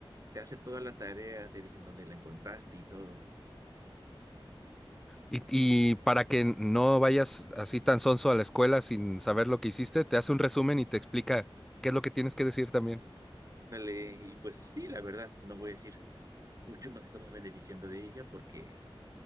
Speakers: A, on the right; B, in the centre.
A: te hace toda la tarea, te dicen dónde la encontraste y todo.
B: Y, y para que no vayas así tan sonso a la escuela sin saber lo que hiciste, te hace un resumen y te explica qué es lo que tienes que decir también.
A: Dale, y pues sí, la verdad, no voy a decir. muchos nos estamos beneficiando de ella porque,